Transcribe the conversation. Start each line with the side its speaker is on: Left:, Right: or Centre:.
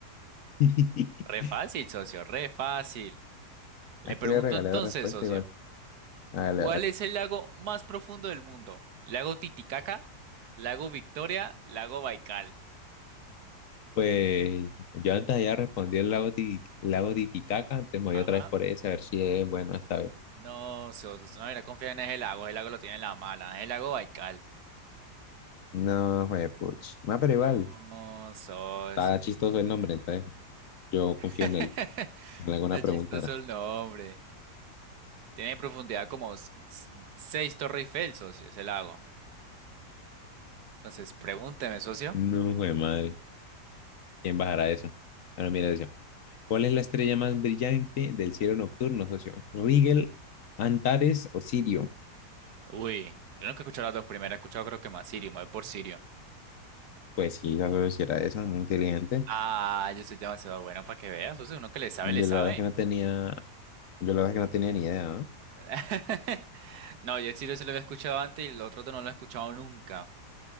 Left: <laughs>
Right: Re fácil, socio, re fácil. Le
Left: Es
Right: pregunto
Left: que le regalé
Right: entonces,
Left: la respuesta
Right: socio,
Left: igual. Hágale,
Right: ¿cuál es el lago más profundo del mundo? ¿Lago Titicaca? ¿Lago Victoria? ¿Lago Baikal?
Left: Pues yo antes ya respondí el lago, Ti- lago Titicaca, antes me voy
Right: Ajá.
Left: otra vez por ese a ver si es bueno esta vez.
Right: No, sos, usted no hubiera confiar en el lago, el lago lo tiene en la mala, el lago Baikal.
Left: No, fue puch. No, pero
Right: No,
Left: igual,
Right: socio.
Left: está chistoso el nombre, entonces yo
Right: <laughs>
Left: confío en él. En alguna
Right: Está
Left: pregunta
Right: chistoso
Left: era.
Right: el nombre. Tiene profundidad como s- s- seis Torre Eiffel, socio, ese lago. Entonces, pregúnteme, socio.
Left: No, jue madre, ¿quién bajará eso? Bueno, mira, decía, ¿cuál es la estrella más brillante del cielo nocturno, socio? ¿Rigel, Antares o Sirio?
Right: Uy, yo nunca he escuchado las dos primeras, he escuchado creo que más Sirio, me voy por Sirio.
Left: Pues sí, la socio sí era esa, muy inteligente.
Right: Ah, yo soy demasiado bueno para que veas, socio, uno que le sabe,
Left: Yo
Right: le sabe.
Left: la verdad es que no tenía, yo la verdad es que no tenía ni idea, ¿no?
Right: <laughs> No, yo el Sirio se lo había escuchado antes y el otro no lo he escuchado nunca.